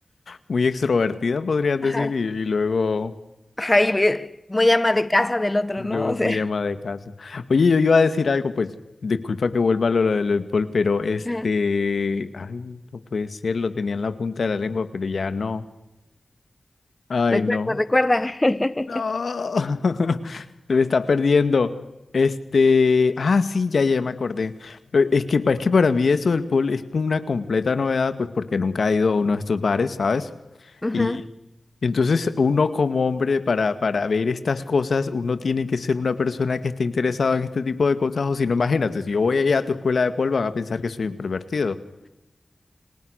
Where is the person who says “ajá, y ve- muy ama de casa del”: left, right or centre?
Left